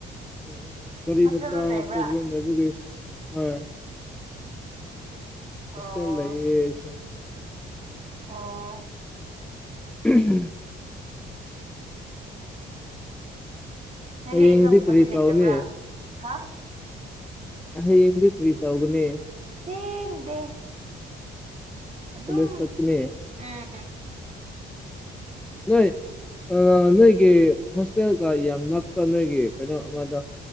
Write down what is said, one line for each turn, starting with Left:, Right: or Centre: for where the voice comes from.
Centre: <unintelligible> ꯒꯔꯤꯃꯆꯥ
Right: ꯍꯣꯁꯇꯦꯜꯗ ꯂꯩꯕ꯭ꯔꯥ
Centre: ꯄꯔꯣꯕꯂꯦꯝ ꯂꯩꯕꯒꯤ ꯏꯁ ꯑꯥꯏ ꯍꯣꯋꯇꯦꯜ
Right: ꯑꯣ
Centre: ꯂꯩꯌꯦ ꯑꯩꯁꯨ
Right: ꯑꯣ
Centre: <unintelligible>
Right: ꯅꯪꯗꯤ
Centre: ꯍꯌꯦꯡꯗꯤ
Right: ꯑꯦꯛꯖꯥꯝꯒꯨꯝꯕꯗꯤ
Centre: ꯀꯔꯤ
Right: ꯂꯩꯇꯕ꯭ꯔꯥ
Centre: ꯇꯧꯅꯤ
Right: ꯍꯥ
Centre: ꯍꯌꯦꯡꯗꯤ ꯀꯔꯤꯇꯧꯒꯅꯤ
Right: ꯁꯦꯟ ꯗꯦ ꯑꯗꯨꯝ
Centre: ꯀꯣꯂꯦꯁ ꯆꯠꯄꯅꯦ
Right: ꯎꯝ
Centre: ꯅꯣꯏ ꯑꯥ ꯅꯣꯏꯒꯤ ꯍꯣꯁꯇꯦꯜꯒ ꯌꯥꯝ ꯅꯛꯄꯔ ꯅꯣꯏꯒꯤ ꯀꯩꯅꯣ ꯑꯃꯗꯣ